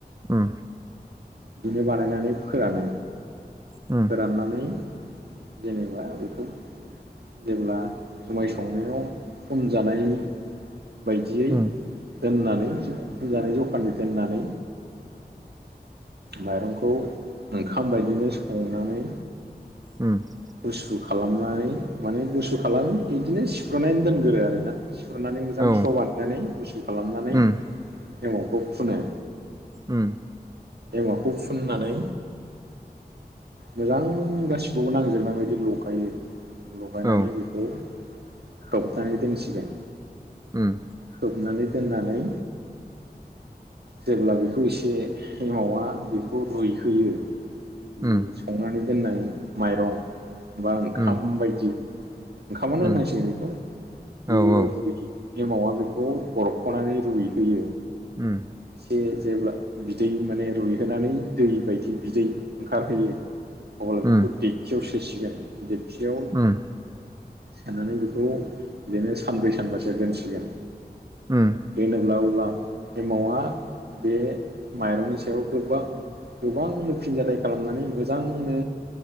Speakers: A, on the right (about 20°); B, on the right (about 80°).
A: उम
B: बिदिनो बानायनानै फोरानो
A: उम
B: फोराननानै जेनेबा बेखौ जेब्ला जुमाय संनायाव सम जानाय बायदियै
A: उम
B: दोननानै फजनानै जखानि दोननानै माइरं खौ ओंखाम बायदिनो संनानै
A: उम ।
B: गुसु खालामनानै माने गुसु खालाम बिदिनो सिफ्र्र'नानै दोनग्रो आरो ना खुरनानै मोजां
A: औ
B: स्र' बानायनानै गुसु खालामनानै
A: उम
B: हमावखौ फुनो
A: उम ।
B: एमाखौ फुननानै मोजां गासिबो नांजोबनाय बायदि लगायो लगायनानै
A: औ
B: बेखौ हबनानै दोनसिगोन
A: उम ।
B: खोबनानै दोननानै जेब्ला बेखौ एसे ए मावावा बेखौ रुयहोयो जि
A: उम
B: संनानै दोननाय माइरं बा ओंखाम
A: उम
B: बायदि ओंखामानो
A: उम
B: होननांसै बेखौ बेयोदि
A: औ औ
B: एमावा बेखौ बरख'नानै रुइहोयो
A: उम
B: एसे जेब्ला बिदै माने रुइहोनानै दै बायदि बिदै ओंखारहोयो अब्ला बेखौ
A: उम
B: दखियाव सोसिगोन दिखियाव
A: उम
B: सोनानै बेखौ बिदिनो सानब्रै सानबासो दोनसिगोन
A: उम
B: बेनि उनाव अब्ला एमाउन्टआ बे माइरंनि सायाव गोबां गोबांनो फिनजानाय खालामनानै मोजांनो